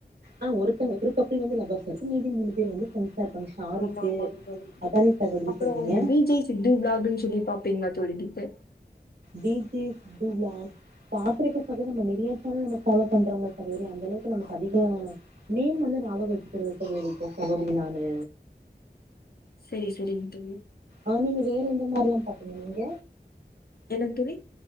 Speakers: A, on the right; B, on the left.
A: ஆ ஒரு ஒரு கப்பல் வந்து லவர்ஸ் அ இருப்பாங்க மீதி மூணு பேர் வந்து பிரண்ட்ஸா இருப்பாங்க ஷாரிக்கு
B: ஆமா ஆமா சகோதரி
A: அதானே சகோதரி
B: அப்புறம்
A: சொல்றீங்க
B: இந்த வி ஜே சித்து விளாக்ன்னு சொல்லி பார்ப்பீங்களா தோழி கிட்டு
A: யு டியூப் விலாக் பாக்குறதுக்கு பதில் நம்ம நிறைய சேனல நம்ம ஃபாலோ பண்றோம்ல சகோதரி அந்த அளவுக்கு நமக்கு அதிகம் நேம் வந்து நியாபகம் வச்சுக்கறதுல சகோதரி நானு
B: சேரி தோழின்னுட்டு
A: ஆஹ் நீங்க வேற எந்த மாதிரி எல்லாம் பாப்பிங்க நீங்க
B: என்னங்க தோழி